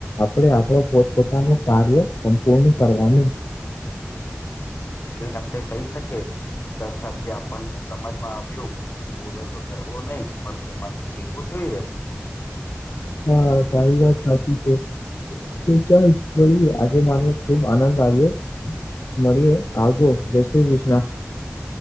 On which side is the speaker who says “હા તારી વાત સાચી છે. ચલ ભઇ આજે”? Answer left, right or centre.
Left